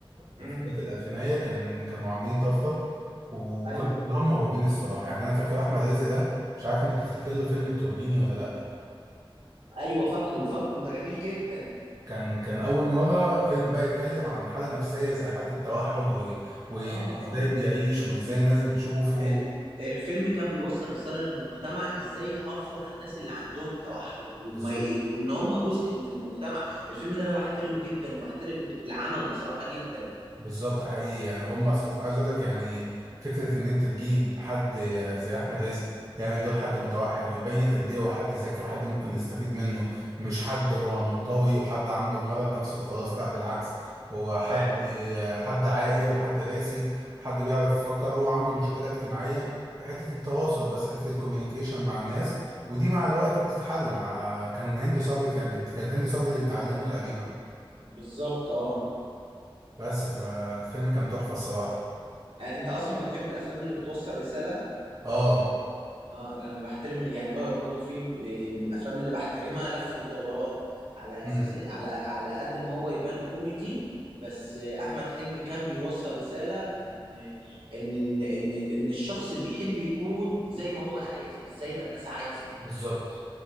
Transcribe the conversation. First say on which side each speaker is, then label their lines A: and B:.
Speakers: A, on the right; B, on the right.
A: امم
B: في بدايه الألفينية كان كانوا عاملين طفره وكل-
A: ايوه
B: كلهم
A: ايوه
B: موهوبين الصراحه يعني انا فاكر احمد رزق ده مش عارف انت تفتكر له فيلم التوربيني ولا لا
A: ايوه فاكره فاكره ده جميل جدا
B: كان كان اول مره فيلم بقى يتكلم عن حاله نفسيه زي حاله التوحد و... وازاي
A: اه اه
B: بيعيش وازاي الناس بتشوفه
A: ال الفيلم كان بيوصل رسالة للمجتمع ازاي يحافظوا على الناس اللي عندهم التوحد وما
B: بالظبط
A: ي- وان هم جزء من المجتمع الفيلم ده انا بحترمه جدا وبحترم العمل بصراحة جدا
B: بالظبط حقيقي يعني هم أص- عايز اقول لك يعني فكره ان انت تجيب حد زي احمد رزق يعمل دور حد متوحد ويبين قد ايه هو حد ذكي وحد ممكن نستفيد منه مش حد هو منطوي وحد عنده مرض نفسي وخلاص لا بالعكس هو حد
A: فعلا
B: حد عاقل وحد راسي وحد بيعرف يفكر هو عنده مشكله اجتماعيه في حته التواصل بس حته الكوميونيكيشن مع الناس ودي مع الوقت بتتحل مع كان هند صبري كانت بت... كانت هند صبري اللي بتعلمه تقريبا
A: بالظبط اه
B: بس فالفيلم كان تحفه الصراحه
A: آه، انت اصلا بتحب الافلام اللي بتوصل رساله
B: اه
A: اه انا بحترم يعني ما برضو في آه، من الافلام اللي بحترمها لف ودوران على
B: مم.
A: اساس على على قد ما هو يبان كوميدي بس آه، احمد حلمي كان بيوصل رساله ان ان ان ان, إن الشخص بيحب يكون زي ما هو عايز مش زي ما الناس عايزه
B: بالظبط